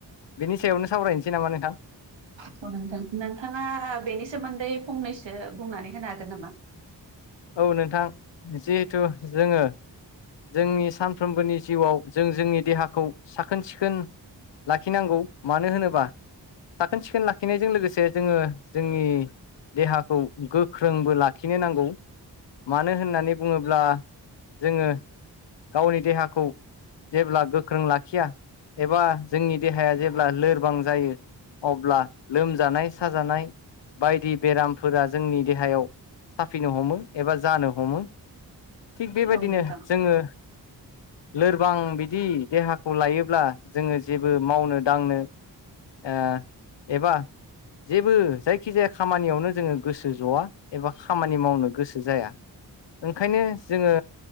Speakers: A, on the left; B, on the right.
A: बेनि सायावनो सावरायनोसै नामा नोंथां?
B: औ नोंथां नोंथाङा बेनि सोमोन्दै फंनैसो बुंनानै होनो हागोन नामा? <inaudible>
A: औ नोंथां जिहेथु जोङो जोंनि सानफ्रोमबोनि जिउआव जों जोंनि देहाखौ साखोन सिखोन लाखिनांगौ मानो होनोबा साखोन सिखोन लाखिनायजों लोगोसे जोङो जोंनि देहाखौ गोख्रोंबो लाखिनो नांगौ। मानो होननानै बुङोब्ला जोङो गावनि देहाखौ जेब्ला गोख्रों लाखिया एबा जोंनि देहाया जेब्ला लोरबां जायो अब्ला लोमजानाय साजानाय बायदि बेरामफोरा जोंनि देहायाव साफिनो हमो एबा जानो हमो थिग बेबायदिनो
B: औ नोंथां
A: जोङो लोरबां बिदि देहाखौ लायोब्ला जोङो जेबो मावनो दांनो ओ एबा जेबो जायखि जाया खामानियावनो जोङो गोसो जआ एबा खामानि मावनो गोसो जाया। ओंखायनो जोङो